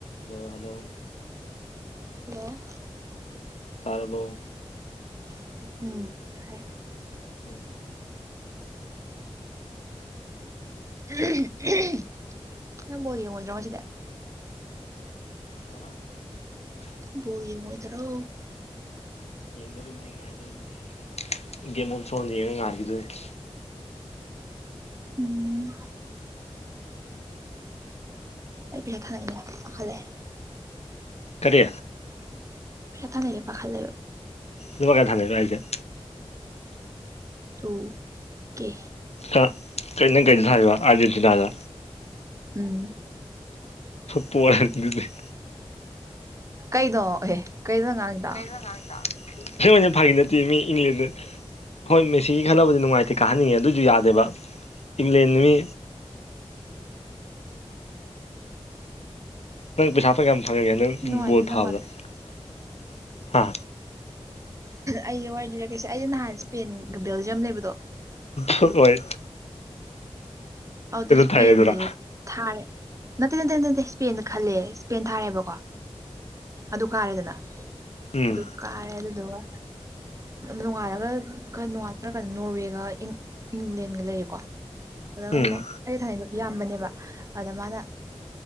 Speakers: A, on the left (about 75°); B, on the right (about 30°).
A: hello hello
B: hello
A: ꯇꯥꯔꯕꯣ
B: ꯎꯝ ꯇꯥꯔ‌ꯦ
A: <unintelligible>
B: <unintelligible> ꯅꯪ ꯕꯣꯜ ꯌꯦꯡꯉꯣꯏꯗ꯭ꯔꯣ ꯉꯁꯤꯗꯤ
A: ꯀꯩꯑꯥꯕ
B: ꯕꯣꯜ ꯌꯦꯡꯉꯣꯏꯗ꯭ꯔꯣ
A: ꯌꯦꯡꯗꯣꯔꯤꯕꯅꯤ ꯉꯥꯏꯗꯣꯔꯤꯕꯅꯤ ꯒꯦꯝ ꯑꯣꯟ ꯁꯣꯟꯗ ꯌꯦꯡꯉ ꯉꯥꯏꯈꯤꯗꯣꯏꯅꯤ
B: ꯎꯝ ꯑꯩ ꯄꯩꯁꯥ ꯊꯥꯅꯩꯅꯦ ꯄꯥꯈꯠꯂꯦ
A: ꯀꯔꯤ
B: ꯄꯩꯁꯥ ꯊꯥꯅꯩ <unintelligible> ꯄꯥꯈꯠꯂꯦꯕ
A: ꯂꯨꯄꯥ ꯀꯌꯥ ꯊꯥꯅꯩꯕ ꯍꯥꯏꯁꯦ
B: ꯇꯨꯀꯦ
A: ꯑ ꯀꯩ ꯅꯪ ꯀꯩꯗ ꯊꯥꯏꯕ ꯑꯥꯔꯖꯦꯟꯇꯤꯅꯥꯗ
B: ꯎꯝ
A: ꯄꯣꯔꯅꯤ ꯗꯨꯗꯤ
B: ꯀꯩꯅꯣ ꯑꯦ ꯀꯩꯅꯣ ꯅꯪꯅ ꯉꯥꯡꯉꯤꯗꯣ
A: ꯅꯪ ꯉꯥꯡꯉꯤꯗꯣ ꯑꯁꯦꯡꯕꯩꯅꯦ ꯐꯥꯒꯤ ꯅꯠꯇꯦ ꯃꯤ ꯏꯪꯪꯂꯦꯟꯅ ꯍꯣꯏ ꯃꯦꯁꯤꯒꯤ ꯈꯜꯂꯕꯨꯗꯤ ꯅꯨꯡꯉꯥꯏꯇꯦ ꯀꯥꯍꯟꯅꯤꯡꯉꯦ ꯑꯗꯨꯏꯁꯨ ꯌꯥꯗꯦꯕ ꯏꯪꯂꯦꯟ ꯃꯤ ꯅꯪ ꯄꯩꯁꯥ ꯐꯌꯥꯝ ꯐꯪꯉꯒꯦ ꯅꯪ
B: ꯅꯨꯡꯉꯥꯏꯇꯦ
A: ꯕꯣꯜ ꯊꯥꯕꯗꯣ
B: ꯅꯪ ꯋꯥꯗꯣ
A: <unintelligible> ꯍꯥ
B: ꯑꯩꯁꯦ ꯋꯥꯔꯤ ꯂꯤꯔꯛꯀꯦꯁꯦ ꯑꯩꯁꯦ ꯅꯍꯥꯟ ꯏꯁꯄꯦꯟꯒ ꯕꯦꯜꯖꯤꯌꯝ ꯂꯩꯕꯗꯣ
A: ꯍ‌ꯣꯏ
B: ꯑꯗꯨꯗ ꯏꯁꯄꯦꯟꯁꯦ
A: ꯊꯥꯏ ꯑꯗꯨꯔꯥ
B: ꯊꯥꯔꯦ ꯅꯠꯇꯦ ꯅꯠꯇꯦ ꯅꯠꯇꯦ ꯅꯠꯇꯦ ꯏꯁꯄꯦꯟꯗ ꯈꯜꯂꯦ ꯏꯁꯄꯦꯟ ꯊꯥꯔꯦꯕꯀꯣ ꯑꯗꯨ ꯀꯥꯔꯦꯗꯅ
A: ꯎꯝ
B: ꯑꯗꯨ ꯀꯥꯔꯦ ꯑꯗꯨꯗꯨꯒ ꯅꯣꯡꯉꯥꯜꯂꯒ ꯅꯣꯡꯉꯥꯜꯒꯔꯥ ꯀꯩꯅꯣ ꯅꯣꯔꯋꯦꯒ ꯏꯪ ꯏꯪꯂꯦꯟꯒ ꯂꯩꯌꯦꯀꯣ ꯑꯗꯨꯒ
A: ꯎꯝ
B: ꯑꯃꯨꯛ ꯑꯩ ꯊꯥꯅꯩꯗꯣ ꯏꯌꯥꯝꯕꯅꯦꯕ ꯑꯗ ꯃꯥꯅ